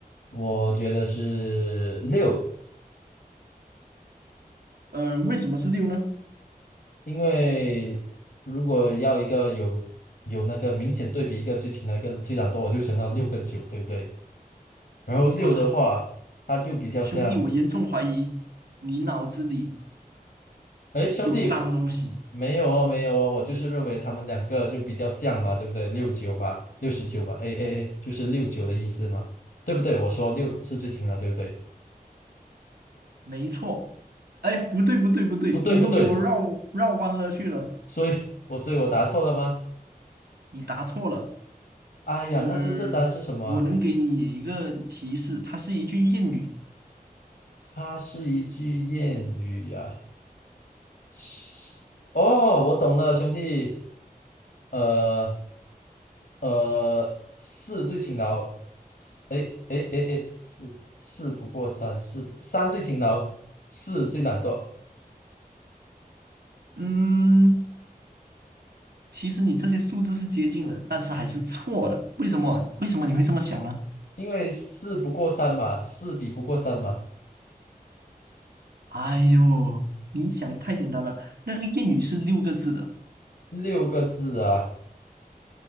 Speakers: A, on the left; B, on the right.
A: 我觉得是六，
B: 呃，为什么是六呢？
A: 因为如果要一个有有那个明显对比，一个最勤劳，一个最懒惰，我就想到六个九，对不对？然后六的话，
B: 啊，
A: 它就比较像。
B: 兄弟，我严重怀疑你脑子里
A: 哎，兄弟，
B: 有脏东西。
A: 没有哦，没有哦，我就是认为他们两个就比较像嘛，对不对？六九吧，六十九吧，哎哎哎，就是六九的意思嘛，对不对？我说六是最轻的，对不对？
B: 没错。哎，不对，不对，不对，
A: 不对不对，
B: 你都给我绕绕弯了去了，
A: 所以我所以我答错了吗？
B: 你答错了。
A: 哎呀，
B: 呃，
A: 那真正答案是什么啊？
B: 我能给你一个提示，它是一句谚语。
A: 它是一句谚语呀、是哦，我懂了，兄弟，呃，呃，四最勤劳，四哎哎哎哎，四四不过三，四不三最勤劳，四最懒惰，
B: 嗯，其实你这些数字是接近了，但是还是错的。为什么？为什么你会这么想呢？
A: 因为四不过三嘛，四比不过三嘛，
B: 哎呦，你想的太简单了。那个谚语是六个字的，
A: 六个字啊，